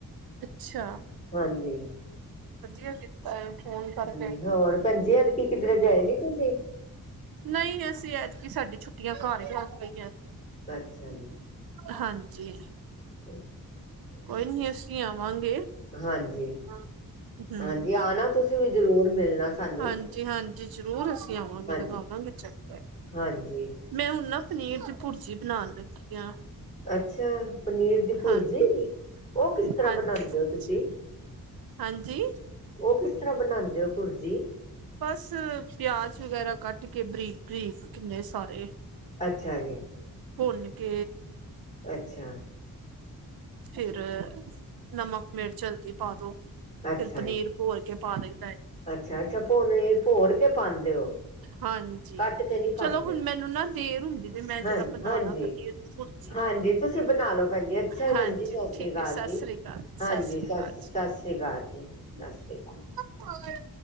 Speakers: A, on the right (about 75°); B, on the left (about 20°).
A: ਅੱਛਾ
B: ਹਾਂਜੀ
A: ਵਧੀਆ ਕੀਤਾ ਏ ਫੋਨ ਕਰਕੇ
B: ਹਾਂਜੀ ਹੋਰ ਭੈਜੀ ਹਜੇ ਕਿਧਰ ਗਏ ਨੀ ਤੁਸੀਂ
A: ਨਹੀਂ ਅਸੀਂ ਐਦਕੀ ਸਾਡੀ ਛੁੱਟੀਆਂ ਘਰ ਹੀ ਹੋ ਗਈਆਂ
B: ਅੱਛਾ
A: ਹਾਂਜੀ।
B: ਤੇ
A: ਕੋਈ ਨੀ ਅਸੀਂ ਆਵਾਂਗੇ।
B: ਹਾਂਜੀ।
A: ਹਮ
B: ਹਾਂਜੀ ਆਣਾ ਤੁਸੀਂ ਵੀ ਜ਼ਰੂਰ ਮਿਲਣਾ ਸਾਨੂੰ,
A: ਹਾਂਜੀ ਹਾਂਜੀ ਜ਼ਰੂਰ ਅਸੀਂ ਆਵਾਂਗੇ
B: ਹਾਂਜੀ।
A: ਲਗਾਵਾਂਗੇ ਚੱਕਰ
B: ਹਾਂਜੀ
A: ਮੈਂ ਹੁ ਨਾ ਪਨੀਰ ਦੀ ਭੁਰਜੀ ਬਣਾਉਣ ਲੱਗੀ ਹਾਂ
B: ਅੱਛਾ ਪਨੀਰ ਦੀ ਭੁਰਜੀ
A: ਹਾਂ
B: ਉਹ ਕਿਸ ਤਰ੍ਹਾਂ
A: ਹਾਂਜੀ-ਹਾਂਜੀ
B: ਬਣਾਉਦੇ
A: ਹਾਂਜੀ
B: ਹੋ ਤੁਸੀਂ।
A: ਹਾਂਜੀ
B: ਉਹ ਕਿਸ ਤਰ੍ਹਾਂ ਬਣਾਉਂਦੇ ਹੋ ਪੁਰਜੀ
A: ਬਸ ਪਿਆਜ ਵਗੈਰਾ ਕੱਟ ਕੇ ਬਰੀਕ ਬਰੀਕ ਕਿੰਨੇ ਸਾਰੇ
B: ਅੱਛਾ ਜੀ।
A: ਭੁਨਕੇ।
B: ਅੱਛਾ
A: ਫਿਰ ਨਮਕ ਮਿਰਚਲਦੀ ਪਾ ਦੋ ਫਿਰ
B: ਅੱਛਾ
A: ਪਨੀਰ
B: ਜੀ
A: ਹੋਲ ਚ ਪਾ ਦਈਦਾ
B: ਅੱਛਾ ਅੱਛਾ ਭੋਨ ਭੋਰ ਕੇ ਪਾਉਂਦੇ ਹੋ
A: ਹਾਂਜੀ
B: ਕੱਟ ਕੇ ਨਹੀਂ ਪਾਉਂਦੇ
A: ਚਲੋ ਹੁਣ ਮੈਨੂੰ ਨਾ ਦੇਰ ਹੁੰਦੀ ਪਈ ਮੈਂ ਜਰਾ
B: ਹਾਂਜੀ
A: ਬਣਾਣਾ
B: ਹਾਂਜੀ
A: ਪਨੀਰ ਭੁਰਜੀ
B: ਹਾਂਜੀ ਤੁਸੀਂ ਬਣਾ ਲੋ ਭੈਣਜੀ ਅੱਛਾ
A: ਹਾਂਜੀ
B: ਭੈਣ ਜੀ ਸਤਿ
A: ਠੀਕ
B: ਸ੍ਰੀ ਅਕਾਲ
A: ਹੈ ਸਤਿ
B: ਜੀ
A: ਸ੍ਰੀ ਅਕਾਲ ਸਤਿ
B: ਹਾਂਜੀ
A: ਸ੍ਰੀ
B: ਸਤ
A: ਅਕਾਲ
B: ਸਤਿ ਸ਼੍ਰੀ ਅਕਾਲ ਜੀ ਸਤਿ ਸ਼੍ਰੀ ਅਕਾਲ
A: ਹਾਂ